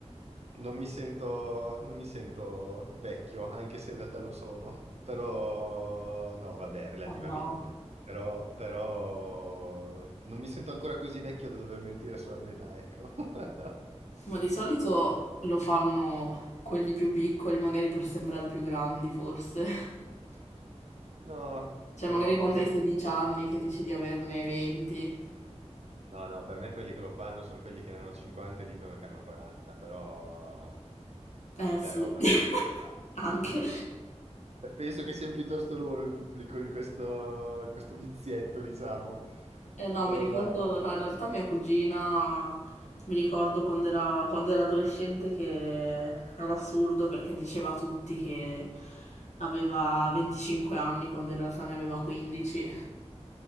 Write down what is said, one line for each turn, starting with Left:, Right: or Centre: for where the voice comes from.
Right: Non mi sento, non mi sento vecchio, anche se in realtà lo sono, però no, vabbè, relativamente.
Left: Oh no.
Right: Però, però non mi sento ancora così vecchio da dover mentire sulla mia età, ecco. <laughs>
Left: Ma di solito lo fanno quelli più piccoli, magari per sembrare più grandi, forse. <laughs>
Right: No,
Left: Cioè,
Right: no,
Left: magari quando
Right: neanche.
Left: hai 16 anni che dici di averne 20.
Right: No, no, per me quelli che lo fanno sono quelli che ne hanno 50 e dicono che hanno 40, però,
Left: Eh sì,
Right: però magari...
Left: <laughs>
Right: ah,
Left: anche.
Right: pe- Penso che siano piuttosto loro il pubblico di questo, questo vizietto, diciamo.
Left: Eh, no,
Right: Però
Left: mi ricordo,
Right: dai.
Left: no, in realtà mia cugina, mi ricordo quando era, quando era adolescente che era assurdo perché diceva a tutti che aveva 25 anni quando in realtà ne aveva 15.